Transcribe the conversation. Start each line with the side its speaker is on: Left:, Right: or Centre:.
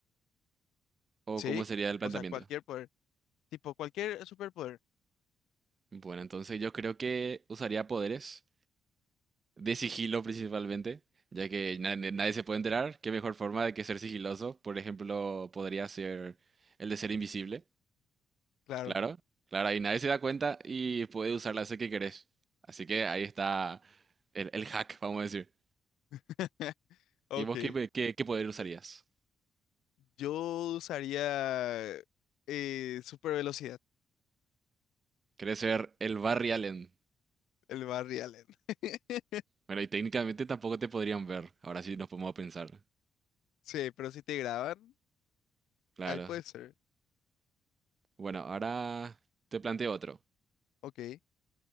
Right: ¿O
Left: Sí,
Right: cómo sería el planteamiento?
Left: o sea, cualquier poder, tipo cualquier superpoder,
Right: Bueno, entonces yo creo que usaría poderes de sigilo principalmente, ya que na- na- nadie se puede enterar. ¿Qué mejor forma de que ser sigiloso? Por ejemplo, podría ser el de ser invisible,
Left: claro.
Right: claro, claro, ahí nadie se da cuenta y puede usar la hacer que querés. Así que ahí está el, el hack, vamos a decir.
Left: <laughs>
Right: ¿Y vos
Left: Ok,
Right: qué, pe- qué, qué poder usarías?
Left: yo usaría eh, super velocidad,
Right: ¿Querés ser el Barry Allen?
Left: el Barry Allen. <laughs>
Right: Bueno, y técnicamente tampoco te podrían ver. Ahora sí nos podemos pensar.
Left: Sí, pero si te graban,
Right: Claro.
Left: ahí puede ser.
Right: Bueno, ahora te planteo otro.
Left: Ok,